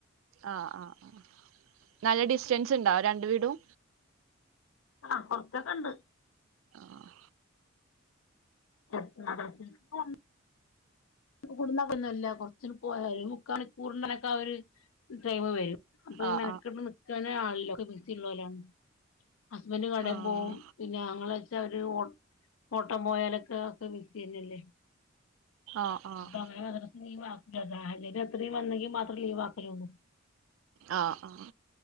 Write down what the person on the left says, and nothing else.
ആ കൊറച്ചൊക്കെ ഉണ്ട്
<unintelligible> കുടുന്നൊന്നുമല്ല കുറച്ച പോ മുക്ക മണിക്കൂറിണക്കെ ആ ഒരു ടൈംമ് വരും അപ്പൊ ഈ
മെനക്കെട്ട നിക്കാന് ആളില്ല ഒക്കെ ബിസി ഉള്ളോലാണ് ഹസ്ബൻഡ് കടയും
പോവും പിന്നെ ആങ്ങള വെച്ചാര് ഓട്ടം പോയാലൊക്കെ ഒക്കെ ബിസി ന്നല്ലേ
അപ്പൊ അങ്ങനെ മദ്രസ ലീവ് ആകൂല സാഹചര്യം അത്രയും വന്നെങ്കിൽ മാത്രം ലീവ് ആക്കലള്ളു